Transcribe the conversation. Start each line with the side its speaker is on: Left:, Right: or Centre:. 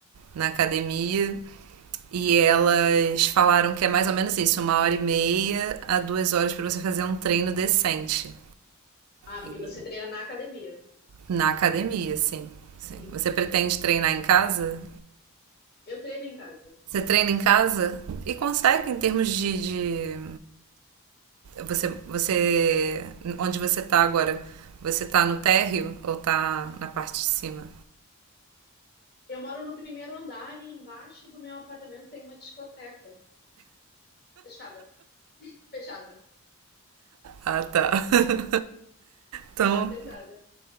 Right: na academia e elas falaram que é mais ou menos isso, uma hora e meia a duas horas para você fazer um treino decente.
Left: Ah, porque
Right: E
Left: você treina na academia.
Right: na academia, sim. sim.
Left: Uhum.
Right: Você pretende treinar em casa?
Left: Eu treino em casa.
Right: Você treina em casa e consegue
Left: Treino.
Right: em termos de, de você, você, onde você tá agora? Você tá no térreo ou tá na parte de cima?
Left: Eu moro no primeiro andar e embaixo do meu apartamento tem uma discoteca. Fechada. Fechada.
Right: Ah, tá. <laughs> Então,
Left: E tá fechada.